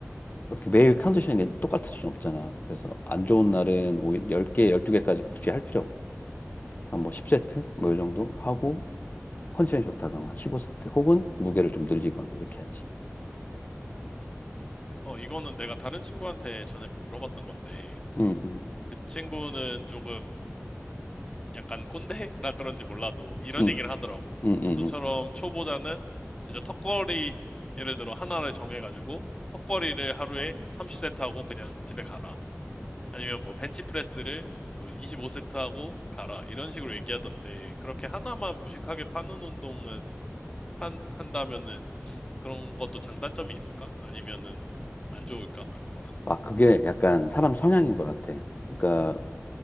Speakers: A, on the left; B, on the left.
A: 어떻게 매일 컨디션이 똑같을 수는 없잖아. 그래서 안 좋은 날은 오히 10개, 12개까지 굳이 할 필요 없고 한 뭐 10세트 뭐 이 정도 하고 컨디션이 좋다 그러면 한 15세트 혹은 무게를 좀 늘리거나 이렇게 하지.
B: 어, 이거는 내가 다른 친구한테 전에 물어봤던 건데,
A: 응, 응,
B: 그 친구는 조금 약간 꼰대라 그런지 몰라도 이런
A: 응,
B: 얘기를 하더라고.
A: 응, 응,
B: 너처럼
A: 응.
B: 초보자는 진짜 턱걸이 예를 들어 하나를 정해가지고 턱걸이를 하루에 30세트 하고 그냥 집에 가라. 아니면 뭐 벤치프레스를 25세트 하고 가라. 이런 식으로 얘기하던데 그렇게 하나만 무식하게 파는 운동은 한, 한다면은 그런 것도 장단점이 있을까? 아니면은 안 좋을까? 그런 거는?
A: 아, 그게 약간 사람 성향인 것 같아. 그러니까